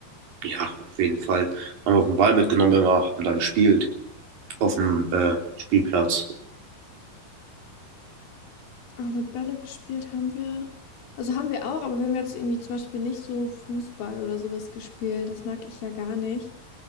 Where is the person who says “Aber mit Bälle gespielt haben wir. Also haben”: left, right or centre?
Left